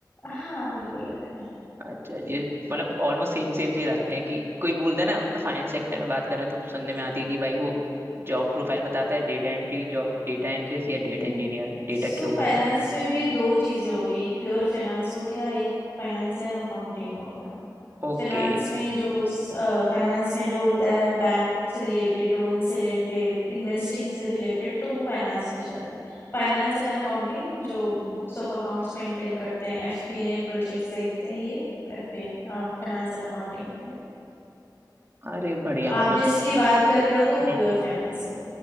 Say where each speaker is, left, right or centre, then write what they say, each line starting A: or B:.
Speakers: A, on the left; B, on the right.
A: हाँ बिल्कुल अलग है
B: अच्छा ये मतलब ऑलमोस्ट सेम सेम से ही लगते हैं कि कोई बोलता है ना फाइनेंस सेक्टर में बात कर रहे हैं तो सुनने में
A: नहीं
B: आती है कि भाई वो जॉब प्रोफाइल बताता है data entry job data analyst या डेटा
A: नहीं
B: इंजीनियर डेटा
A: सो
B: के ऊपर
A: फाइनेंस
B: का
A: में भी दो चीज़ें हो गई एक प्योर फाइनेंस हो गया एक फाइनेंस एंड अकाउंटिंग हो गया
B: ओके
A: फाइनेंस में जो फाइनेंस में जो होता है बैंक से रिलेटेड लोन से रिलेटेड इन्वेस्टिंग से रिलेटेड तो वो फाइनेंस में चला गया फाइनेंस एंड अकाउंटिंग जो बुक्स ऑफ अकाउंट्स मेंटेन करते हैं एफपीएनए प्रोजेक्ट्स देखते हैं ये एफपीए फाइनेंस एंड अकाउंटिंग में गया
B: अरे बढ़िया
A: तो
B: मतलब
A: आप जिसकी बात कर रहे हो तो वो
B: हम्म
A: प्योर फाइनेंस है